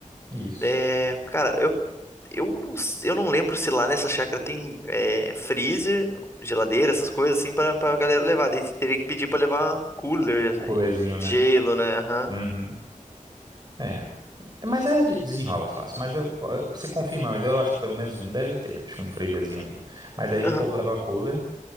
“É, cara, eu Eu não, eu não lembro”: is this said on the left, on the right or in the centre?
Left